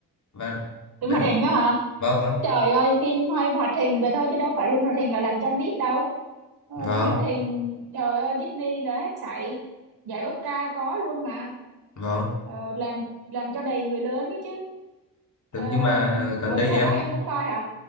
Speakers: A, on the left (about 35°); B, on the right (about 50°).
A: và
B: phim
A: đấy
B: hoạt hình đó hả?
A: vâng vâng
B: Trời ơi, phim hơi hoạt hình vậy thôi chứ đâu phải phim hoạt hình là làm cho nít đâu. Ờ,
A: vâng
B: phim hoạt hình, trời ơi, Disney là hết sảy. Giải Oscar có luôn mà.
A: vâng
B: Ờ, làm làm cho đầy người lớn đấy chứ.
A: Đúng,
B: Ờ,
A: nhưng mà gần
B: ủa
A: đây
B: chứ
A: thì
B: hồi
A: em
B: đó em cũng coi hả?